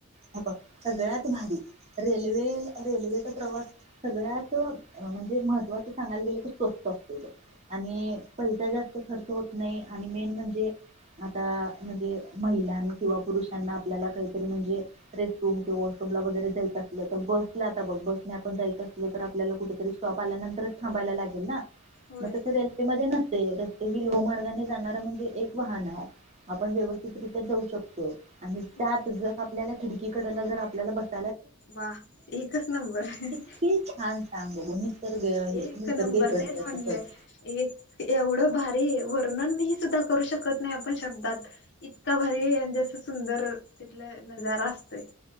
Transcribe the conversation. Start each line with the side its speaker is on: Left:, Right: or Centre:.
Right: हे बघ सगळ्यात भारी रेल्वे रेल्वेचा प्रवास सगळ्यात म्हणजे महत्त्वाच सांगायला गेलं क स्वस्त असतोय तो, आणि पैसा जास्त खर्च होत नाही आणि मेन म्हणजे आता म्हणजे महिलां किंवा पुरुषांना आपल्याला काहीतरी म्हणजे रेस्टरूम किंवा वॉशरूम ला वगैरे जायचं असलं तर बसला आता बघ बसने आपण जायचं असलं तर आपल्याला कुठेतरी स्टॉप आल्यानंतरच थांबायला लागेल ना
Left: होय
Right: मग तस रेल्वेमध्ये नस ते, रस्ते ही लोहमार्गाने जाणार म्हणजे एक वाहन आहे आपण व्यवस्थितरित्या जाऊ शकतोय. आणि
Left: होय.
Right: त्यात जर आप पल्याला खिडकीकडला जर आपल्याला बस
Left: वा एकच नंबर होय
Right: किती छान सांग बघू निसर्ग हे
Left: एक
Right: निसर्ग
Left: नंबर
Right: इकडचं
Left: तेच
Right: तिकडचं
Left: म्हणलं एक एवढं भारी वर्णनही सुद्धा करू शकत नाही आपण शब्दात इतका भारी म्हणजे असा सुंदर तिथलं नजारा असतोय.